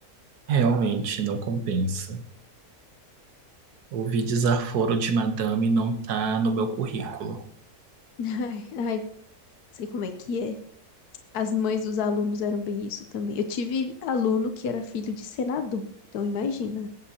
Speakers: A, on the right; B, on the left.
A: realmente não compensa. Ouvir desaforo de madame não tá no meu currículo.
B: <laughs> Ai, ai, sei como é que é. As mães dos alunos eram bem isso também. Eu tive aluno que era filho de senador, então imagina.